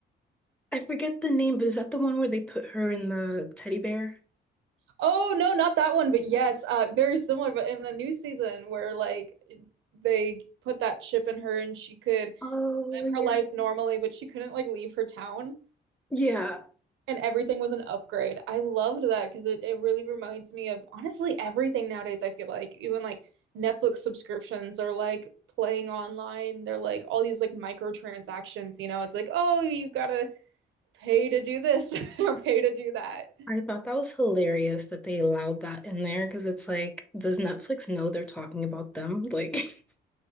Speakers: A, in the centre; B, on the right.
A: I forget the name, but is that the one where they put her in the teddy bear?
B: Oh no, not that one, but yes, uh, very similar. But in the new season, where like they put that chip in her and she could
A: Oh,
B: live
A: yeah.
B: her life normally, but she couldn't like leave her town,
A: Yeah.
B: and everything was an upgrade. I loved that because it it really reminds me of honestly everything nowadays. I feel like even like Netflix subscriptions or like playing online, they're like all these like microtransactions. You know, it's like oh you gotta pay to do this <laughs> or pay to do that.
A: I thought that was hilarious that they allowed that in there because it's like, does Netflix know they're talking about them? Like, <laughs>